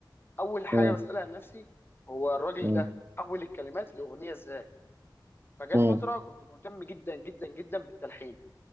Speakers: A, on the left; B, on the right.
A: اول حاجه
B: م-
A: بسالها لنفسي هو الراجل
B: م-
A: ده حول الكلمات لاغنيه ازاي فجت
B: م-
A: فتره كنت مهتم جدا جدا جدا بالتلحين